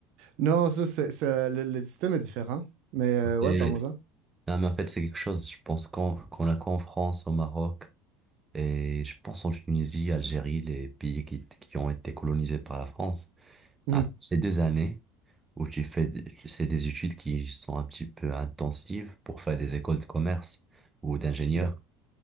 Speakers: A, on the right; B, on the right.
A: Non, ça, c'est, ça- le, le système est différent. Mais euh,
B: Et...
A: ouais, parle-moi-en.
B: Non, mais en fait, c'est quelque chose, je pense qu'on qu'on a qu'en France, au Maroc, et je pense en Tunisie, Algérie, les pays qui, qui ont été colonisés par la France.
A: Mhm.
B: Ah, Ces deux années où tu fais, des- c'est des études qui sont un petit peu intensives pour faire des écoles de commerce ou d'ingénieur.
A: OK,